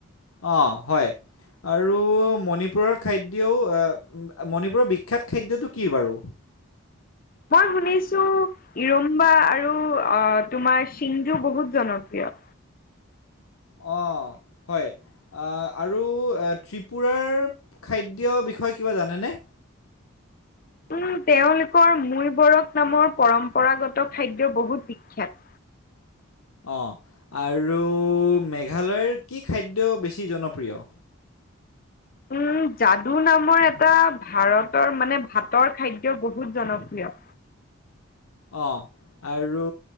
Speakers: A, on the left; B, on the left.
A: অ হয়। আৰু মণিপুৰৰ খাদ্যও মণিপুৰৰ বিখ্যাত খাদ্যটো কি বাৰু?
B: মই শুনিছো ইৰম্বা আৰু তোমাৰ সিংজু বহুত জনপ্ৰিয়।
A: অ হয়। আৰু ত্ৰিপুৰাৰ খাদ্যৰ বিষয়ে কিবা জানেনে?
B: উম তেওঁলোকৰ মৈ বৰফ নামৰ পৰম্পৰাগত খাদ্য বহুত বিখ্যাত।
A: অ আৰু মেঘালয়ৰ কি খাদ্য বেছি জনপ্ৰিয়?
B: উম, যাদু নামৰ এটা ভাৰতৰ মানে ভাতৰ খাদ্য বহুত জনপ্ৰিয়।
A: অ, আৰু